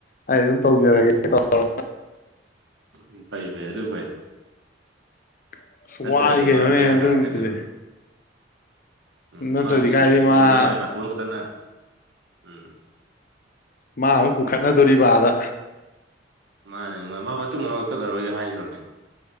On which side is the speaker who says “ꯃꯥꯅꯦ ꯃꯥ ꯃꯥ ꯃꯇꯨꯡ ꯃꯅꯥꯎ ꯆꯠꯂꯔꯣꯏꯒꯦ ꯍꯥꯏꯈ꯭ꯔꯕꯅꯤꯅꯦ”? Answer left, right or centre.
Right